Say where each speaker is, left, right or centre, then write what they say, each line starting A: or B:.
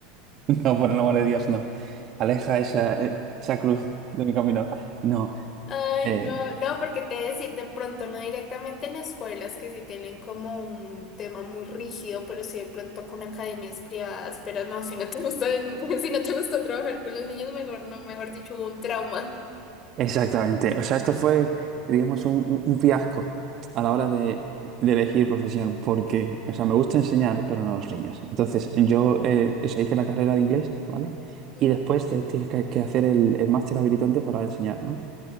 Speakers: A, on the right; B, on the left.
A: <laughs> No, por el amor de Dios, no. Aleja esa, eh, esa cruz de mi camino. No.
B: ay,
A: eh,
B: no, no, porque te he de decir, de pronto no directamente en escuelas que sí tienen como un tema muy rígido, pero sí de pronto con academias privadas. Pero no, si no te gusta, <laughs> si no te gusta trabajar con los niños, mejor no, mejor dicho, hubo un trauma.
A: Exactamente. O sea, esto fue, digamos, un, un- un fiasco a la hora de, de elegir profesión, porque, o sea, me gusta enseñar, pero no a los niños. Entonces, yo eh, o sea, hice la carrera de inglés, ¿vale?
B: Ujú,
A: Y después te- tienes que, que hacer el, el máster habilitante para enseñar, ¿no?